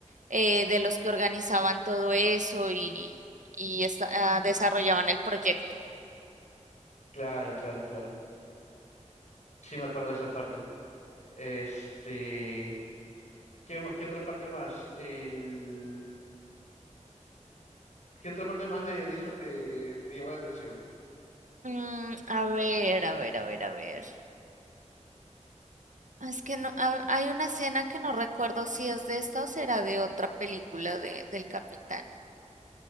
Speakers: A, on the right; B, on the left.
A: eh, de los que organizaban todo eso y, y esta- ah, desarrollaban el proyecto.
B: Claro, claro, claro. Sí me acuerdo de esa parte. Este, ¿qué, ma- qué otra parte más? El, ¿qué otra parte más de, de esa te, te llamó la atención?
A: Mm, a ver, a ver, a ver, a ver. Es que no, a- hay una escena que no recuerdo si es de esta o será de otra película de, del Capitán,